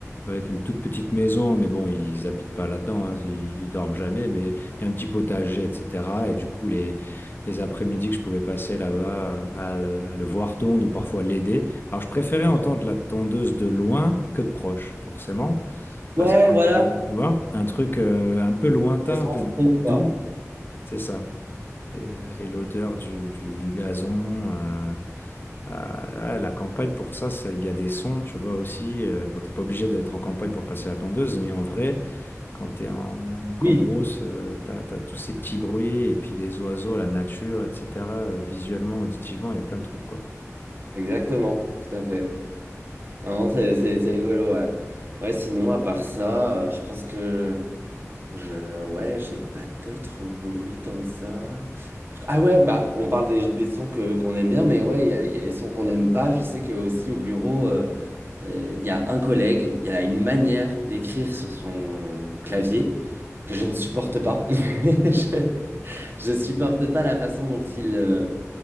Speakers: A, on the left; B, on the right.
A: avec une toute petite maison, mais bon, ils habitent pas là-dedans, hein, ils, ils dorment jamais, mais il y a un petit potager, etc. Et du coup, les, les après-midi que je pouvais passer là-bas euh, à le, à le voir tondre ou parfois l'aider. Alors, je préférais
B: Ouais.
A: entendre la tondeuse de loin que de proche, forcément. Parce
B: Ouais,
A: qu'il y avait,
B: voilà.
A: tu vois, un truc euh, un peu lointain,
B: Elles s'en
A: un peu
B: font,
A: doux,
B: quoi.
A: c'est ça. Et, euh, et l'odeur du, du, du gazon, euh, ah, la campagne, pour ça, ça- il y a des sons, tu vois aussi. Euh, bon, t'es pas obligé d'être en campagne pour passer la tondeuse, mais en vrai, quand t'es en, en cambrousse,
B: Oui.
A: euh, t'as, t'as tous ces petits bruits, et puis les oiseaux, la nature, etc. euh, Visuellement, auditivement, il y a plein de trucs, quoi.
B: Exactement, tout à fait. Non, c'est c'est- c'est rigolo, ouais. Ouais, sinon, à part ça, euh, je pense que... Je, ouais, j'ai pas d'autres bruits tant que ça. Je- Ah ouais, bah, on parle des, des sons que, qu'on aime bien, mais ouais, il y a, il y a les sons qu'on n'aime pas. Je sais que aussi au bureau, euh, euh, il y a un collègue, il a une manière d'écrire sur son clavier que je ne supporte pas. <laughs> Je, je supporte pas la façon dont il, euh,